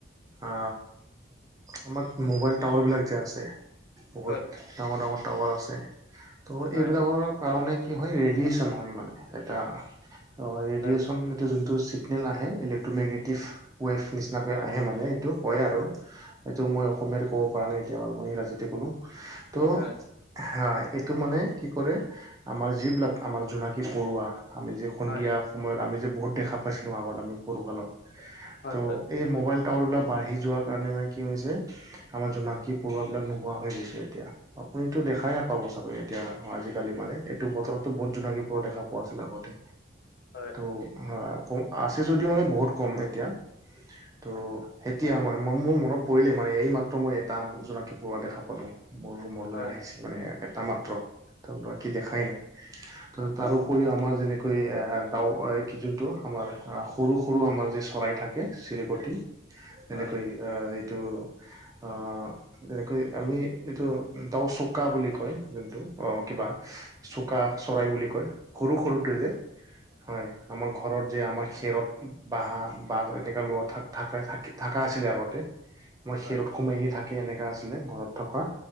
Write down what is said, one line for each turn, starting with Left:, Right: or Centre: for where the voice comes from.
Right: আ, আমাৰ মোবাইল টাৱাৰ বিলাক যে, আছে। বহুত
Left: হয়
Right: ডাঙৰ, ডাঙৰ টাৱাৰ আছে। ত,
Left: হয়
Right: এইবিলাকৰ। কাৰণে কি হয়, ৰেডিয়েচন হয় মানে, এটা অ, ৰেডিয়েচন
Left: হয়
Right: এটো যোনটো <inaudible> ইলেক্ট্ৰমেগেটিভ ৱেভ, নিচিনাকৈ
Left: হয়
Right: আহে মানে সেইটো, কয় আৰু। সেইটো মই অসমীয়াৰে ক'ব পৰা নাই এতিয়া বাৰু, মই ইংৰাজীতে ক'লো, ত'
Left: হয়
Right: হা, এইটো মানে কি কৰে, আমাৰ যিবিলাক আমাৰ জোনাকী পৰুৱা আমি যে সন্ধিয়া
Left: হয় হয়
Right: সময়ত, আমি যে বহুত দেখা পাইছিলোঁ আগত আমি সৰুকালত।
Left: হয়
Right: ত',
Left: হয়
Right: এই মোবাইল টাৱাৰ বিলাক বাঢ়ি যোৱা কাৰণে মানে কি হৈছে আমাৰ জোনাকী পৰুৱাবিলাক নোহোৱা হৈ গৈছে এতিয়া। আপুনি টো দেখাই নাপাব চাগে, এতিয়া আজিকালি মানে এইটো বতৰতো বহুত জোনাকী পৰুৱা দেখা পো পোৱা আছিল আগতে।
Left: হয়।
Right: হয়, আছে যদিও মানে বহুত কম এতিয়া। ত' এতিয়া মই মই মোৰ মনত পৰিলেই মানে, এই মাত্ৰ মই এটা জোনাকী পৰুৱা দেখা পালো, মোৰ ৰুমলৈ
Left: হয় হয় হয় হয়
Right: আহি। মানে এটা মাত্ৰ, বাকী দেখাই নাই। ত', তাৰ উপৰিও আমাৰ যেনেকৈ ডাও কি যোনটো, আমাৰ সৰু- সৰু আমাৰ যে চৰাই থাকে। চিৰিকটি তেনেকৈ
Left: হয় হয় হয়
Right: এইটো অ', এনেকৈ আমি এইটো তাও চোকা বুলি কয়, যোনটো অ', কিবা চোকা চৰাই বুলি কয়, সৰু- সৰুটো যে। হয়, আমাৰ ঘৰত যে আমাৰ খেৰত বাহ-বাহা এনেকাে লোৱা থাকা-থাক থাকা আছিলে আগতে। মই খেৰত
Left: হয়
Right: সোমাই হে থাকে, এনেকা আছিলে ঘৰত থকা।